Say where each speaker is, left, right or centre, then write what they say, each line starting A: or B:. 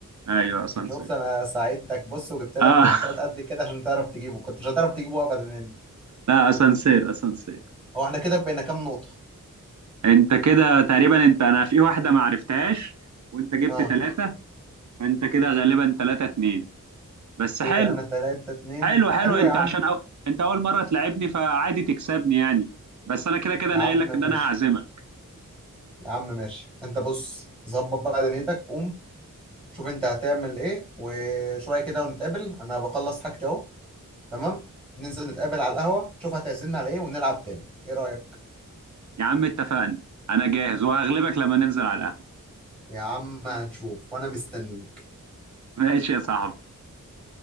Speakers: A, on the right (about 60°); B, on the right (about 15°).
A: ايوه اسانسير
B: شفت انا ساعدتك بص وجبت لك
A: اه
B: هنتات
A: <laughs>
B: قد كده عشان تعرف تجيبه كنت مش هتعرف تجيبه ابدا انت
A: لا اسانسير اسانسير
B: هو احنا كده بقينا كام نقطة
A: انت كده تقريبا انت انا في واحدة ما عرفتهاش وانت جبت
B: اه
A: ثلاثة فانت كده غالبا ثلاثة اتنين بس
B: كده
A: حلو
B: انا تلاتة اتنين
A: حلو حلو
B: حلو
A: انت
B: يا عم
A: عشان أو... انت اول مرة تلعبني فعادي تكسبني يعني بس انا كده كده
B: يا
A: انا
B: عم
A: قايل لك
B: ماشي
A: ان انا هعزمك
B: يا عم ماشي انت بص ظبط بقى دنيتك قوم شوف انت هتعمل ايه وشوية كده ونتقابل انا بخلص حاجتي اهو تمام ننزل نتقابل على القهوة شوف هتعزمنا على ايه ونلعب تاني ايه رأيك
A: يا عم اتفقنا انا جاهز وهغلبك لما ننزل على القهوة
B: يا عم هنشوف وانا مستنيك
A: ماشي يا صاحبي